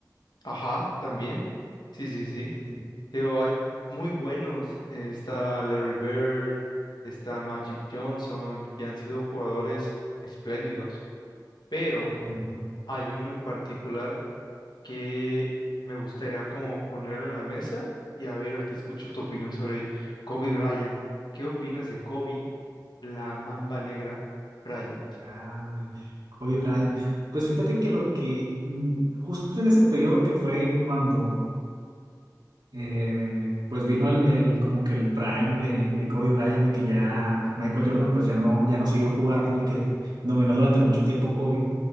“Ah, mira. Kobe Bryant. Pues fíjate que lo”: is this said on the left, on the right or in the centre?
Right